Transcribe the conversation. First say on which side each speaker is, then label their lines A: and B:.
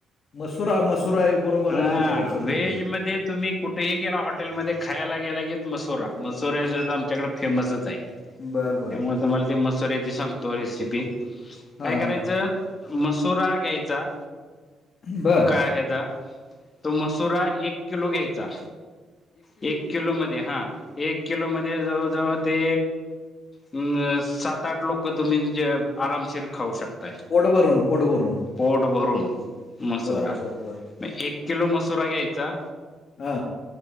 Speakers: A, on the left; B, on the left.
A: मसूरा, मसूर आहे बरोबर
B: हा
A: आहे तुमच्याकडचा
B: व्हेज
A: फेमस.
B: मध्ये तुम्ही कुठेही गे हॉटेलमध्ये खायला गेला की मसुरा. मसुरा सुद्धा आमच्याकडे फेमसच आहे.
A: बरं बर.
B: त्यामुळे तुम्हाला ते मसुऱ्याची सांगतो रेसिपी. काय
A: हा
B: करायचं
A: हा
B: मसूरा घ्यायचा.
A: बर.
B: काही ता, तो मसुरा एक किलो घ्यायचा. एक किलो मध्ये हा. एक किलो मध्ये जवळ-जवळ ते अ सात, आठ लोक तुम्ही ज आरामशीर खाऊ शकता.
A: पोट भरून पोट भरून
B: पोट भरून मसुरा.
A: बर बर बर
B: म एक किलो मस- सुरा घ्यायचा,
A: हा